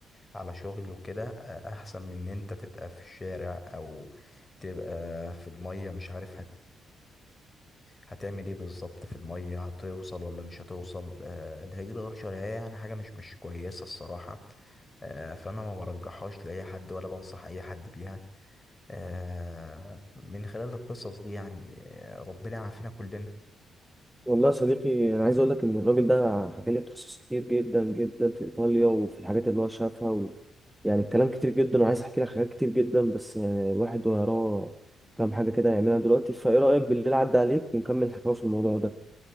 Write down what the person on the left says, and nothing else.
على شغل وكده آه احسن من ان انت تبقى في الشارع او تبقى في المية مش عارف هت هتعمل ايه بالظبط في المية هتوصل ولا مش هتوصل آه الهجرة غير شرعية يعني حاجة مش مش كويسة الصراحة آه فأنا ما برجحهاش لأي حد ولا بنصح أي حد بيها آه من خلال القصص دي يعني آه ربنا يعافينا كلنا